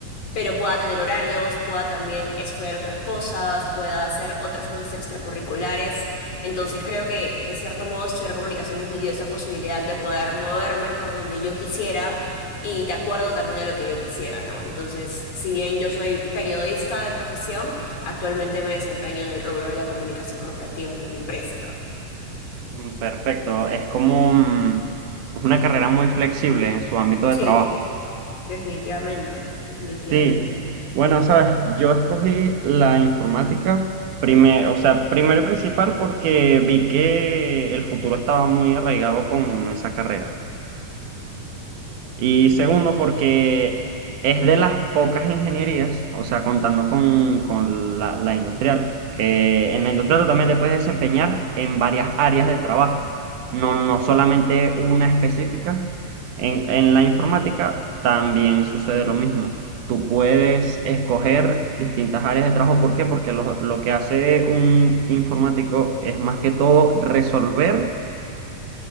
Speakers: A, on the left; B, on the right.
A: pero pueda tener horarios, pueda también estudiar otras cosas, pueda hacer otras cosas extracurriculares. Entonces creo que de cierto modo estudiar comunicaciones me dio esa posibilidad de poder moverme por donde yo quisiera y de acuerdo también a lo que yo quisiera, ¿no? Entonces, si bien yo soy periodista de profesión, actualmente me desempeño en el rubro de la comunicación corporativa en una empresa acá.
B: Mm, Perfecto. Es como mm, es una carrera muy flexible en su ámbito de
A: Sí,
B: trabajo.
A: definitivamente, definitivamente.
B: Sí, bueno, sabes, yo escogí la informática, prime- o sea, primero y principal porque vi que el futuro estaba muy arraigado con esa carrera. Y
A: Me ima-
B: segundo, porque es de las pocas ingenierías, o sea, contando con, con la, la industrial, que en la industrial tú también te puedes desempeñar en varias áreas de trabajo, no, no solamente una específica. En, en la informática también sucede lo mismo. Tú puedes escoger distintas áreas de trabajo. ¿Por qué? Porque lo, lo que hace un informático es más que todo resolver